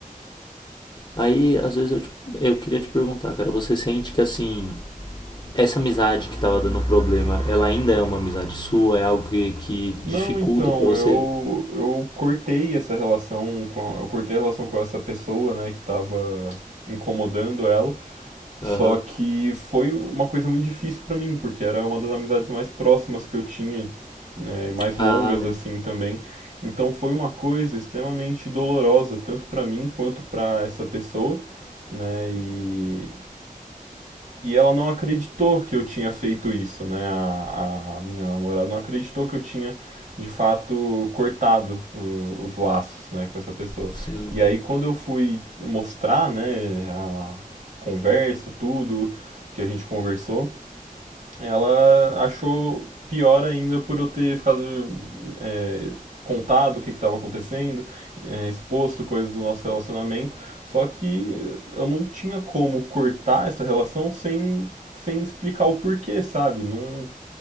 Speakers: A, on the left; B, on the right.
A: Aí, às vezes, eu, te- eu queria te perguntar, cara, você sente que, assim, essa amizade que tava dando problema, ela ainda é uma amizade sua? É algo que, que dificulta
B: Não, então,
A: pra você?
B: eu, eu cortei essa relação com, eu cortei a relação com essa pessoa, né, que tava incomodando ela. Só
A: Aham.
B: que foi uma coisa muito difícil pra mim, porque era uma das amizades mais próximas que eu tinha, né, e mais
A: Ah,
B: longas assim também. Então foi uma coisa extremamente dolorosa, tanto pra mim quanto pra essa pessoa, né? E e ela não acreditou que eu tinha feito isso, né? A, a minha namorada não acreditou que eu tinha, de fato, cortado uh, os laços, né, com essa pessoa.
A: sim.
B: E aí, quando eu fui mostrar, né, a conversa, tudo que a gente conversou, ela achou pior ainda por eu ter ficado é, contado o que estava acontecendo, é, exposto coisas do nosso relacionamento. Só que eu não tinha como cortar essa relação sem, sem explicar o porquê, sabe? Não,